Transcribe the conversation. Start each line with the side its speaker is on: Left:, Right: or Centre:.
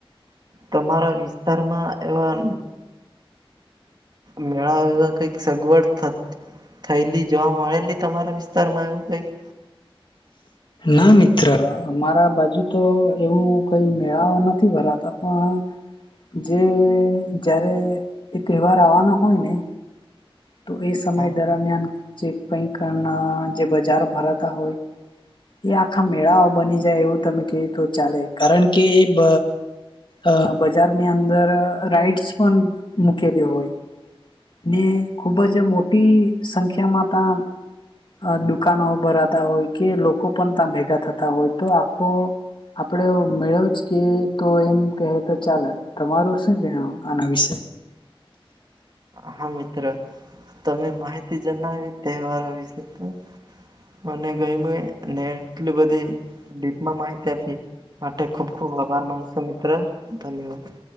Right: તમારા વિસ્તારમાં એવા મેળા એવા કઈક સગવડ થત થયેલી જોવા મળેલી તમારા વિસ્તાર માં એવું કઈક?
Left: ના મિત્ર મારા બાજુ તો એવું કઈ મેળાઓ નથી ભરાતા પણ. જે જારે એ તહેવાર આવવાનો હોય ને. તો એ સમય
Right: હા
Left: દરમિયાન જે કઈક કારના જે બજાર ભરાતા હોય. એ આખા મેળાઓ બની જાય એવું તમે કે તો ચાલે કારણકે એ બ અહ બજારની અંદર રાઈટસ પણ મૂકેલી હોય. ને ખુબજ મોટી સંખ્યામાં તા અહ દુકાનો ભરાતા હોય કે લોકો પણ ત્યાં ભેગા થતા હોય તો આખો આપડે મેળો જ કે તો એમ કેહ તો ચાલે. તમારું શું કહેવું, આના વિશે?
Right: હા મિત્ર, તમે માહિતી જનાવી તહેવારો વિશે તો મને ગયમુએ ને એટલી બધી ડીપમાં માહિતી આપી. માટે ખુબ ખુબ આભાર માણસો મિત્ર ધન્યવાદ.